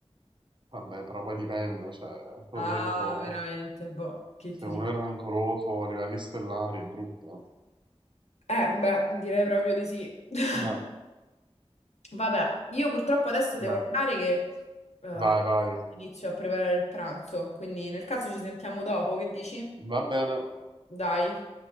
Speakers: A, on the right; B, on the left.
A: Vabbè, però poi dipende, cioè, te
B: Ah,
A: l'ho detto,
B: veramente, boh, che
A: se
B: ti
A: uno
B: dico.
A: è rancoroso a livelli stellari è brutto.
B: Eh, beh, direi proprio di sì. <laughs>
A: Eh,
B: Vabbè, io purtroppo adesso devo
A: dai,
B: andare che eh,
A: vai, vai.
B: inizio a preparare il pranzo, quindi nel caso ci sentiamo dopo, che dici?
A: Va bene.
B: Dai.